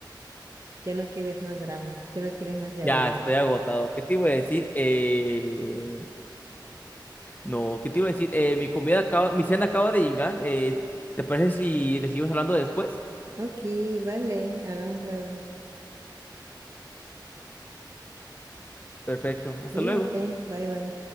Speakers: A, on the right (about 45°); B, on the left (about 20°).
A: Ya no quieres más drama, ya no quieres más yaoi.
B: Ya estoy agotado. ¿Qué te iba a decir? Eh, no, ¿qué te iba a decir? Eh, mi comida acaba, mi cena acaba de llegar. Eh, ¿te parece si le seguimos hablando después?
A: Ok, vale, hablamos luego.
B: Perfecto, hasta
A: Cuídate,
B: luego.
A: bye bye.